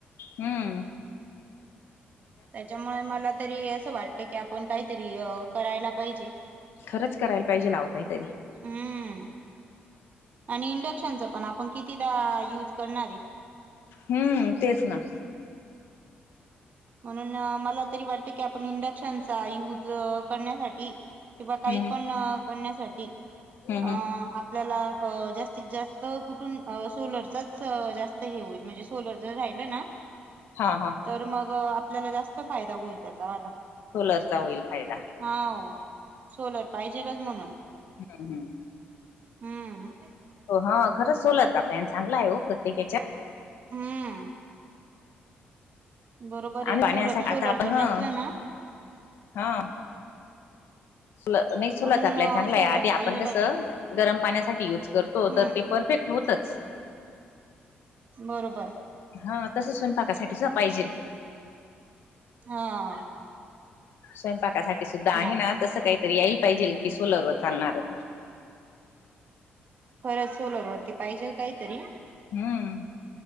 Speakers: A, on the left (about 75°); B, on the right (about 45°).
A: हं
B: त्यांच्यामुळे मलां तरी असं वाटतं की आपणं कांहींतरी अं करायला पाहिजे
A: खरंच करायला पाहिजे अहो कांहींतरी
B: हं आणि इंडक्शनचं पणं आपणं कितीदां युंज करणारं आहे
A: हम्मं तेचं नां
B: म्हणूंन मलां तरी वाटतं की आपणं इंडक्शनचां यूंज करण्यांसाठी किंवा
A: हम्म
B: कांहीं पणं करण्यांसाठी
A: हम्म हम्म
B: अं आपल्यांला अं जास्तं जास्तं कुठूंन अं सोलरचांच जास्तं हे होईल म्हणजे सोलर जरं राहिलं नां
A: हां हां
B: तरं मंग आपल्यांला जास्तं फायदां होईल त्यांचावांला
A: सोलरचां होईल फायदां
B: हांव सोलर पाहिजेलचं म्हणूंन
A: हम्म हम्म
B: हं
A: हो हां खरंच सोलारचां प्लॅन चांगला आहे हो प्रत्येक हेच्यांत
B: हं बरोबर
A: आम्हीं
B: आहे सोलर
A: पाण्यांसाठी
B: सोलर
A: आंता आपणं
B: जर नसला
A: हं
B: ना
A: हं सोलर नाहीं सोलर
B: म्हणून
A: आपल्यांला चांगलंय
B: सोलर
A: आंधी आपणं
B: पाहिजेलच
A: कसं गरमं पाण्यांसाठी युंज करतो
B: हम्म
A: ते परफेक्टं होतंच
B: बरोबर
A: हां तसं स्वयंपाकांसाठीचां पाहिजेल
B: हां
A: स्वयंपाकांसाठी सुद्धां आहे
B: ना
A: नां तसं कांहींतरी यायंला पाहिजेल की सोलर वरं चालणारं
B: <unintelligible> खरंच सोलर वरती पाहिजेल कांहींतरी
A: हम्मं